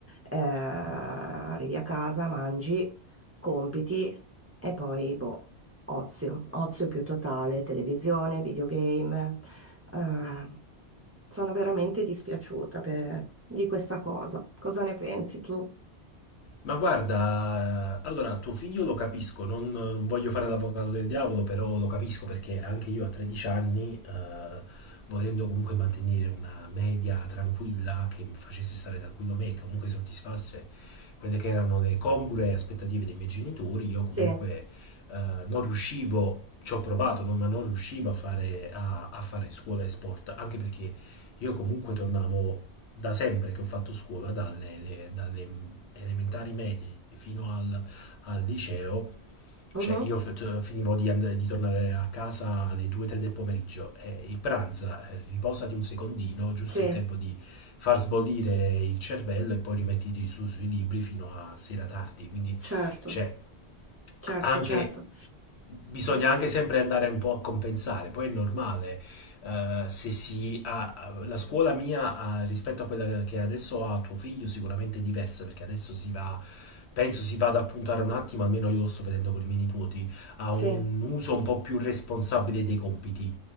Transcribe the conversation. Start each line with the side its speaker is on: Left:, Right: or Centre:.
Right: eh, arrivi a casa, mangi, compiti e poi boh, ozio, ozio più totale, televisione, videogame. eh, sono veramente dispiaciuta per- di questa cosa. Cosa ne pensi tu?
Left: Ma guarda, allora tuo figlio lo capisco, non eh, voglio fare l'avvocato del diavolo, però lo capisco perché anche io a 13 anni, eh, volendo comunque mantenere una media tranquilla, che mi facesse stare tranquillo me, che comunque soddisfasse quelle che erano le congrue aspettative dei miei genitori, io comunque
Right: Sì,
Left: eh, non riuscivo, ci ho provato, non- ma non riuscivo a fare, a, a fare scuola e sport, anche perché io comunque tornavo da sempre che ho fatto scuola, dalle, dalle elementari medie fino al, al liceo,
Right: mhm,
Left: cioè io f- finivo di, and- di tornare a casa alle 2-3 del pomeriggio e il pranza, eh, riposati un secondino, giusto
Right: Sì,
Left: il tempo di far sbollire il cervello e poi rimettiti su sui libri fino a sera tardi, quindi
Right: certo,
Left: cioè,
Right: certo,
Left: anche
Right: certo.
Left: bisogna anche sempre andare un po' a compensare, poi è normale. eh, se si ha, la scuola mia ha- rispetto a quella che adesso ha tuo figlio sicuramente è diversa perché adesso si va, penso si vada a puntare un attimo, almeno io lo sto vedendo con i miei nipoti, a
Right: Sì.
Left: un uso un po' più responsabile dei compiti